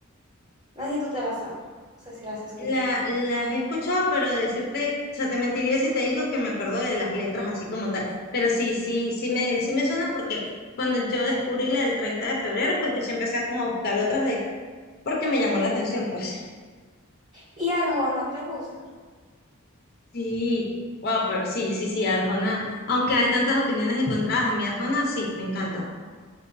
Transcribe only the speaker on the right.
no sé si tú te la sabes, no sé si la has escuchado.
Y Arjona, ¿te gusta?